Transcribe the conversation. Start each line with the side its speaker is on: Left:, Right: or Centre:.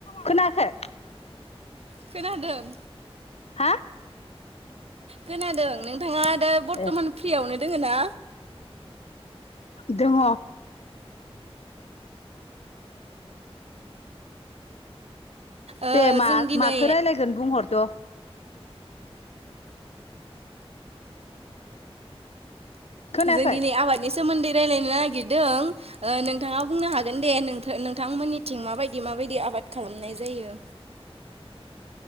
Left: खोनायाखै
Right: खोनादोंं
Left: हा
Right: खोनादों नोंथाङा दा बर्थमान
Left: ए
Right: फ्रियावनो दोङो ना
Left: दङ
Right: ओ
Left: दे मा
Right: जों दिनै
Left: माखो रायलायगोन बुंहरद' खोनायाखै
Right: जों दिनै आबादनि सोमोन्दै रायलायनो नागिदों ओ नोंथाङा बुंनो हागोन दे नोंथा नोंथांमोननिथिं माबायदि माबायदि आ बाद खालामनाय जायो
Left: <inaudible>